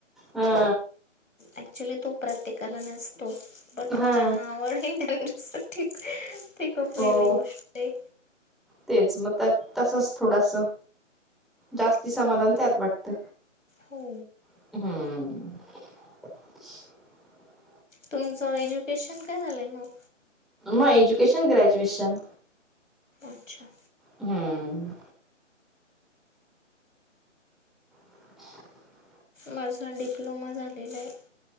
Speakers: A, in the centre; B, on the left (about 90°).
A: हा
B: ऍक्च्युली तो प्रत्येकाला नसतो बट
A: हा
B: ज्यांना आवड आवडेल <inaudible> त्याला जास्त ठीक <inaudible> ती खूप वेगळी
A: हो
B: गोष्ट आहे.
A: तेच मग त्या- तसच थोडस जास्ती
B: आहे
A: समाधान त्यात वाटतं.
B: हो.
A: हाम्म <inaudible>
B: तुमचं एज्युकेशन काय झालंय मग?
A: म एजुकेशन ग्रॅज्युएशन.
B: अच्छा.
A: हम्म <inaudible>
B: माझा डिप्लोमा झालेला आहे.